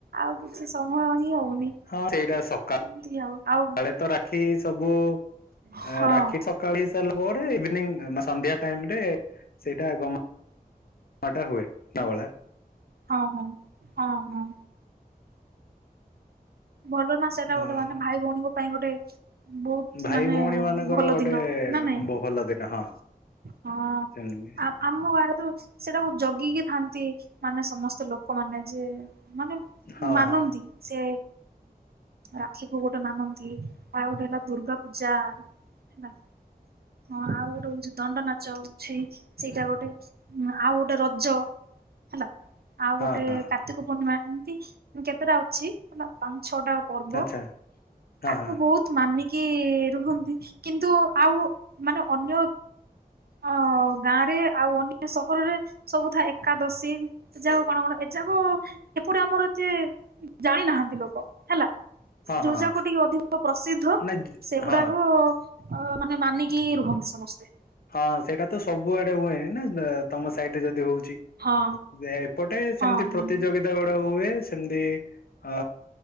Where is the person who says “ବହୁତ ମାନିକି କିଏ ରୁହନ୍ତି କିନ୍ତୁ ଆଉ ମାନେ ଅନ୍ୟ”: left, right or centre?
Right